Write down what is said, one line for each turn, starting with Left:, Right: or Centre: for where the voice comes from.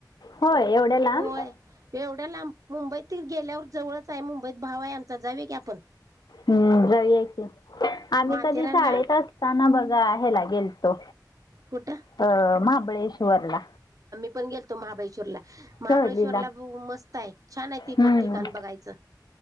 Left: होय. एवढ्या लांब?
Right: होय एवढ्या लांब मुंबईत गेल्यावर जवळच आहे. मुंबईत भाव आहे आमचा जाऊ की आपण.
Left: हम्म जाउया की. आम्ही
Right: माथेरानला
Left: कधी शाळेत असताना बघ- हेला गेलतो
Right: कुठं
Left: अ -महाबळेश्वरला.
Right: मी पण गेलोतो महाबळेश्वरला. महाबळेश्वरला
Left: सहलीला
Right: ब मस्त आहे छान आहे ती
Left: हम्म
Right: पण ठिकाण बघायचं